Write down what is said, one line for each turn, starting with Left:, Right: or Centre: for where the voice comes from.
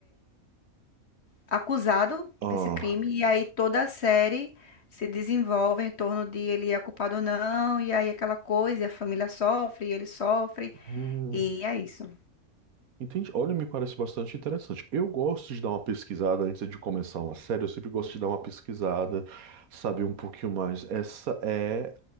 Left: acusado
Right: Ah,
Left: desse crime, e aí toda a série se desenvolve em torno de ele é culpado ou não, e aí aquela coisa, e a família sofre, e ele sofre,
Right: hum,
Left: e é isso.
Right: entendi. Olha, me parece bastante interessante. Eu gosto de dar uma pesquisada antes de começar uma série. Eu sempre gosto de dar uma pesquisada, saber um pouquinho mais. Essa é